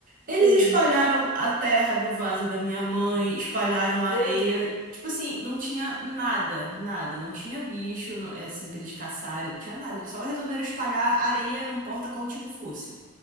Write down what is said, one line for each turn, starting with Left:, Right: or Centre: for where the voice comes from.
Right: eles
Left: Sim,
Right: espalharam a terra do vaso da minha mãe, espalharam
Left: meu
Right: a areia.
Left: Deus,
Right: Tipo assim, não tinha nada, nada. Não tinha bicho, não, é, assim, pra eles caçarem, não tinha nada. Eles só resolveram espalhar areia, não importa qual tipo fosse.